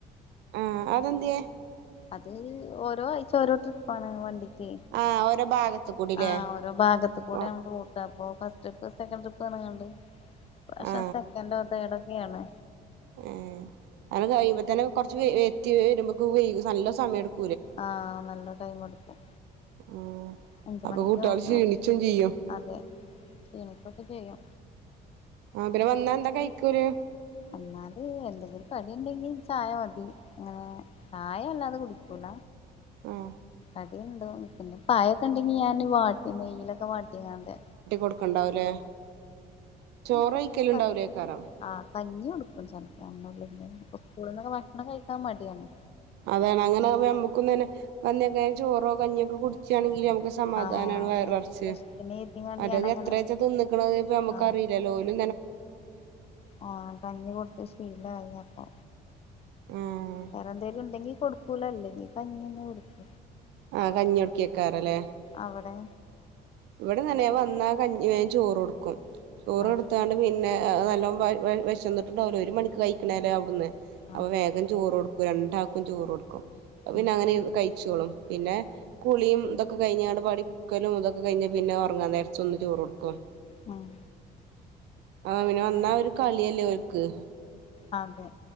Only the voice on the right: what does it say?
ആഹ് അതെന്ത്യേ
ആ ഓരോ ഭാഗത്ത് കൂടില്ലേ
ആ
ആ
ഏ അങ്ങനെ കഴിയുമ്പ തന്നെ കൊറച്ച് വെ വെത്തി വരുമ്പക്ക് വൈ നല്ല സമയം എടുക്കു
ഉം
അപ്പൊ
കുട്ടികള്
ക്ഷീണിച്ചും
ചെയ്യും
അ പിന്നെ വന്നാ എന്താ കഴിക്ക ഓല്
ഉം
കൊടുക്ക്ണുണ്ടാവും ലെ ചോറ്
വയ്ക്കല് ഉണ്ടാവൂലേക്കാരം
അതാണ് അങ്ങനെ ആകുമ്പോ നമ്മുക്കും തന്നെ വന്നേയ്‌ക്കെന്നെ ചോറോ കഞ്ഞിയൊക്കെ കുടിച്ചാണെങ്കി എത്ര സമാധാനമാണ്
വയറ് നെറച്ച്.
മറ്റത്
എത്രച്ച തിന്നക്ക്ണത് ‌ന്ന് നമുക്ക്റിയില്ലല്ലോ.
ഓല്
ആഹ്
ആ കഞ്ഞി കൊടുക്കാക്കാരം ല്ലേ
ഇവിടേം തന്നെ ആ വന്നാൽ വേഗം ചോറ് കൊടുക്കും. ചോറ്
കൊടുത്താണ്ട് പിന്നെ നല്ലോം വിശന്നിട്ടുണ്ടാവോല്ലോ ഒരു മണിക്ക് കഴിക്കണല്ലെ അവിടന്ന്
അപ്പൊ വേഗം ചോറ് കൊടുക്കും രണ്ടാക്കും ചോറ് കൊടുക്കും. അത് പിന്നെ
അങ്ങനെ ഇരുന്ന് കഴി കഴിച്ചോളും പിന്നെ കുളിയും ഇതൊക്കെ കഴിഞ്ഞ്ങ്ങാണ്ട് പഠിക്കലും ഇതൊക്കെ ഒക്കെ കഴിഞ്ഞ് പിന്നെ ഉറങ്ങാ നേരത്ത് ഒന്ന് ചോറ് കൊടുക്കും
ആ പിന്നെ വന്നാ ഒരു കളിയല്ലേ ഓൽക്ക്